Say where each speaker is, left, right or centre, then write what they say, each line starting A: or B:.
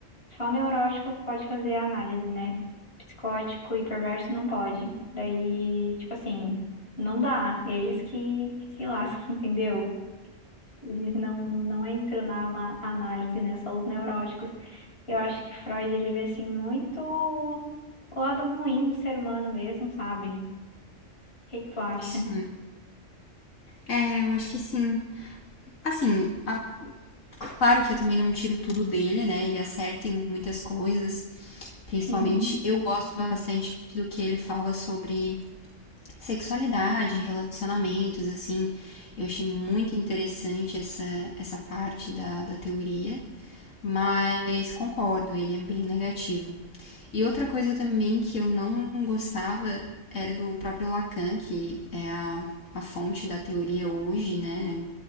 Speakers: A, on the left; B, on the left.
A: Só neurótico que pode fazer a análise, né? Psicótico e perverso não pode. Daí, tipo assim, não dá. Eles que, que se lascam, <laughs> entendeu? Eles não, não entram na ala- análise, né? Só os neuróticos. Eu acho que Freud, ele vê, assim, muito o lado ruim do ser humano mesmo, sabe? O que que tu acha?
B: Sim. É, eu acho que sim. Assim, a- claro que eu também não tiro tudo dele, né? Ele acerta em muitas coisas. Principalmente,
A: Sim.
B: eu gosto bastante do que ele fala sobre sexualidade, relacionamentos, assim. Eu achei muito interessante essa, essa parte da, da teoria, mas concordo, ele é bem negativo. E outra coisa também que eu não gostava era do próprio Lacan, que é a, a fonte da teoria hoje, né?